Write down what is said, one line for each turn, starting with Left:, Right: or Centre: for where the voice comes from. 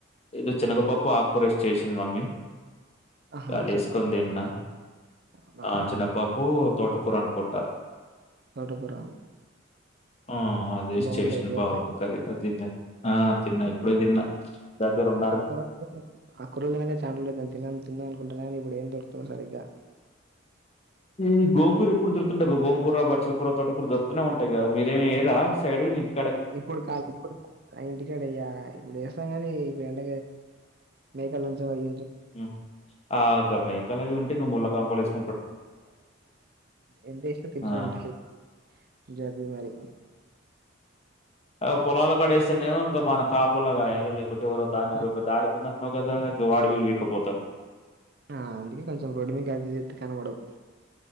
Left: ఏదో చన్నగపప్పు ఆకుకూరేస్ చేసింది మమ్మీ
Right: ఆహా!
Left: కాదుసుకొని
Right: శనగపప్పు
Left: దిన్న
Right: ఆకుకూర. అవునా!
Left: ఆ చనగపప్పు తోటకూర అనుకుంట
Right: తోటకూర
Left: ఆ అదే వేసి
Right: బావుంటది
Left: చేసింది
Right: కూర.
Left: బాగుంది కర్రీ ఆ తిన్నా ఇప్పుడే తిన్నా దగ్గర ఉన్న
Right: అక్కురల్ అక్కరల్ తినక ఛాన్రోల్ అయితంది తినల్ తిందం అనుకుంటన కని ఇప్పుడు ఎం దొరుక్తలేవ్ సరిగ్గా
Left: ఈ గోంగూర ఎప్పుడు దొరుతుంట గోంగూర బచ్చల కూర తోట కూర దొరుకుతనే ఉంటయిగా మీరేం వేయరా సైడ్ ఇంటి
Right: ఇప్పుడు కాల్ ఇప్పుడు ఇంటికాడేయ్యా ఇప్పుడు స్తాం కాని ఈ ఎండ మేకలుంచవవి
Left: మ్ ఆ గ మేకలు అవి ఉంటే ఇంకా మూల్లకాంపలేస్
Right: ఎంత ఏశిన తింటేనే
Left: ఆ!
Right: ఉంటాయి జబ్బి మారి
Left: అ పొలాల కడేస్తెనేమొ ఇంకా మన కాపులా గాయాలి లైక్ అటు ఎవరో
Right: ఆ!
Left: దారికుందన్నావ్ కదా వాడువిళ్ళు పిక్కపోతర్
Right: ఆ అందుకే కొంచెం రోడ్ మీది కది ఇది ఏతే కనబడవ్